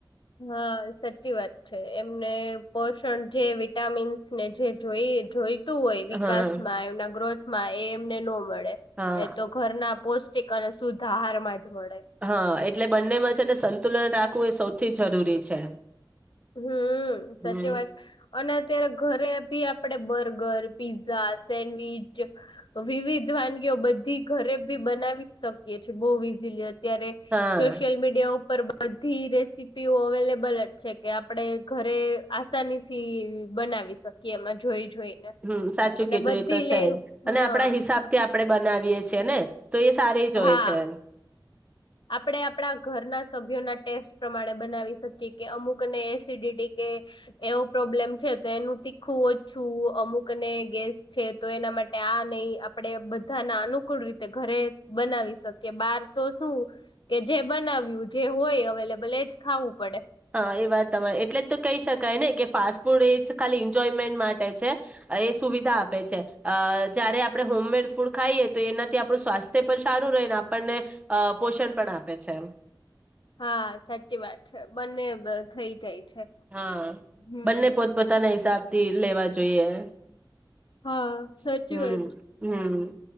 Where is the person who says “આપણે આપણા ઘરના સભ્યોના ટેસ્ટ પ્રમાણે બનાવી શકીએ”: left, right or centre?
Left